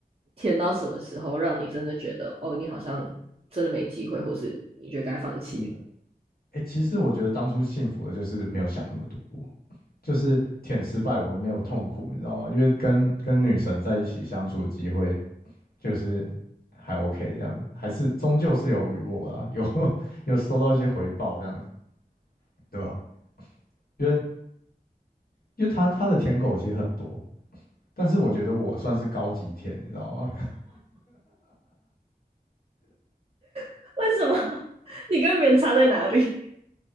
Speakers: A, on the right; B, on the left.
A: 填到什么时候，让你真的觉得哦，你好像真的没机会，或是你觉得该放弃
B: 嗯，哎，其实我觉得当初幸福的就是没有想那么多，就是舔失败我没有痛苦，你知道吗？因为跟跟女神在一起相处的机会。就是还 OK 这样子，还是终究是有 reward 啦，有 <laughs> 有收到一些回报这样，对吧？因为因为他他的舔狗其实很多，但是我觉得我算是高级舔，你知道吗？
A: <laughs> 为什么？<laughs> 你跟别人差在哪里？